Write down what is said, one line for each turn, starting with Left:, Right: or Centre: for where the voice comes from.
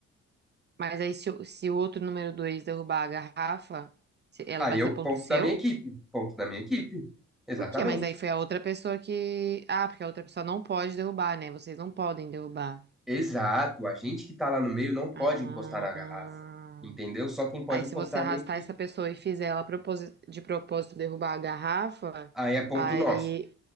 Right: Mas aí, se, o- se o outro número 2 derrubar a garrafa, se- ela
Centre: Aí
Right: vai
Centre: eu,
Right: ser ponto
Centre: ponto
Right: seu?
Centre: da minha equipe, ponto da minha equipe. Exatamente.
Right: Por quê? Mas aí foi a outra pessoa que. Ah, porque a outra pessoa não pode derrubar, né? Vocês não podem derrubar.
Centre: Exato. A gente que tá lá no meio não pode
Right: Ah.
Centre: encostar na garrafa, entendeu? Só quem pode
Right: Aí,
Centre: encostar
Right: se você arrastar
Centre: é a minha equipe.
Right: essa pessoa e fizer ela proposi- de propósito derrubar a garrafa,
Centre: Aí é ponto
Right: aí.
Centre: nosso.